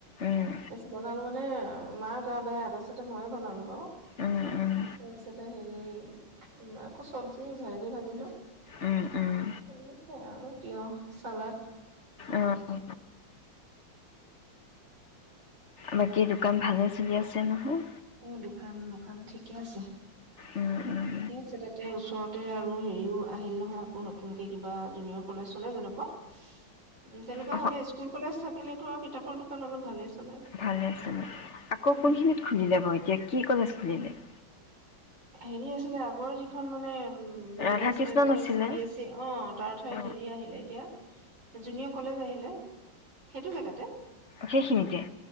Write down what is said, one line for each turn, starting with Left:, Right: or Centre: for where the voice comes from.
Left: উম
Right: তাৰপাছত বনালো মানে মাৰ গা বেয়া, তাপাছতে ময়ে বনালোঁ বাৰু।
Left: উম উম
Right: তাৰপিছতে হেৰি আকৌ চব্জি ভেন্দি ভাজিলো।
Left: উম উম
Right: তেনেকে আৰু তিয়হ চালাদ
Left: উ উ বাকী দোকান ভালে চলি আছে নহয়?
Right: অ' দোকান, দোকান ঠিকে আছে
Left: উম উম
Right: ঠিকে আছে দে তেও ওচৰতে আৰু হেৰিও আহিল নহয় আকৌ নতুনকে কিবা জুনিয়ৰ কলেজ-চলেজ এনেকুৱা। উ তেনেকুৱা
Left: অ
Right: হ'লে স্কুল-কলেজ থাকিলেতো আৰু কিতাপৰ দোকান অলপ ভালেই চলে।
Left: ভালে আছে আকৌ
Right: উম
Left: কোনখিনিত খুলিলে বাও কি কৰি আছিলি এনে ই
Right: হেৰি আছিলে আগৰ যিখন মানে উ
Left: ৰাধা
Right: হেৰি আছিলে
Left: কৃষ্ণ
Right: যে
Left: নাছিলে
Right: চি বি এছ ই, অ' তাৰ ঠাইত
Left: অ
Right: হেৰি আহিলে এতিয়া জুনিয়ৰ কলেজ আহিলে সেইটো জেগাতে
Left: সেইখিনিতেই?